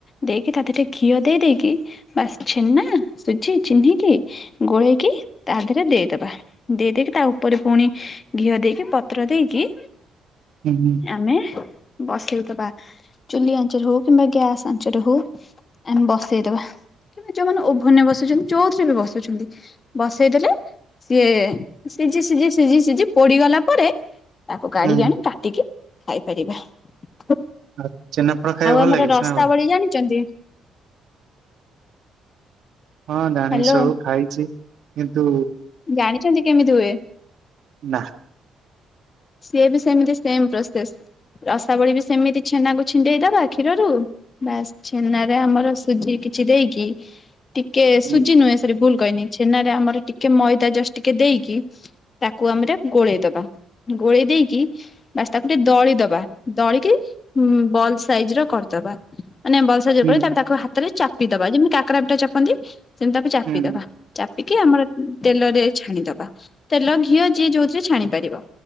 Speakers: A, on the left (about 40°); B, on the right (about 70°).
A: ଦେଇକି ତା ଦେରେ ଟିକେ ଘିଅ ଦେଇ ଦେଇକି ବାସ୍ ଛେନା ସୁଜି ଚିହ୍ନି କିି ଗୋଳେଇକି ତା ଧେର୍ ରେ ଦେଇଦବା ଦେଇ ଦେଇେଇକି ତା ଉପରେ ପୁଣି ଘିଅ ଦେଇକି ପତ୍ର ଦେଇକି
B: ହୁଁ ହୁଁ
A: ଆମେ ବସେଇଦବା ଚୁଲି ଆଞ୍ଚରେ ହଉ କିମ୍ବା ଗ୍ୟାସ୍ ଆଞ୍ଚରେ ହଉ ଆମେ ବସେଇଦବା। କି ଯୋଉମାନେ ଓଭନରେ ବସୁଛନ୍ତି ଚଉଥିରେ ବି ବସଉଛନ୍ତି ବସେଇଦେଲେ ସିଏ ସିଝି ସିଝି ସିଝି ସିଝି ପୋଡିଗଲା ପରେ ତାକୁ କାଢିକି
B: ହୁଁ
A: ଆଣି ପା ଟିକି ଖାଇପାରିବା ଉ
B: ଆଉ ଛେନାପୋଡ଼ ଖାଇବାକୁ ଭଲ
A: ଆମର
B: ଲାଗେ
A: ରଶା
B: ଛେନାପୋଡ଼
A: ଭଳି ଜାଣିଛନ୍ତି?
B: ହଁ ଜାଣିସୁ
A: ହ୍ୟାଲୋ
B: ଖାଇଛି କିନ୍ତୁ
A: ଜାଣିଛନ୍ତି କେମିତି ହୁଏ?
B: ନା।
A: ସିଏ ବି ସେମିତି ସେମ ପ୍ରୋସେସ ରସାବଳି ବି ସେମିତି ଛେନାକୁ ଛିଣ୍ଡେଇଦବା କ୍ଷୀରରୁ ବାସ୍ ଛେନା ରେ ଆମର ସୁଜି କିଛି ଦେଇକି ଟିକେ
B: ହୁଁ
A: ସୁଜି ନୁହେଁ। ସରି ଭୁଲ କହିନି ଛେନାରେ ଆମର ଟିକେ ମଇଦା ଜଷ୍ଟ ଟିକେ ଦେଇକି ତାକୁ ଆମର ଗୋଳେଇଦବା। ଗୋଳେଇ ଦେଇକି ବାସ୍ ତାକୁ ଟିକେ ଦଳି ଦବା ଦଳିକି ବଲ୍ ସାଇଜ ର କରିଦବା ମାନେ ବସ୍ <unintelligible> ଯେପରି
B: ହୁଁ
A: ତା ତାକୁ ହାତରେ ଚାପିଦବା ଯେମିତି କାକରା ପିଠା ଚାପନ୍ତି ସେମିତି ତାକୁ ଚାପିଦବା।
B: ହୁଁ
A: ଚାପିକି ଆମର ତେଲରେ ଛାଣିଦବା ତେଲ ଘିଅ ଯିଏ ଯୋଉଥିରେ ଛାଣି ପାରିବ।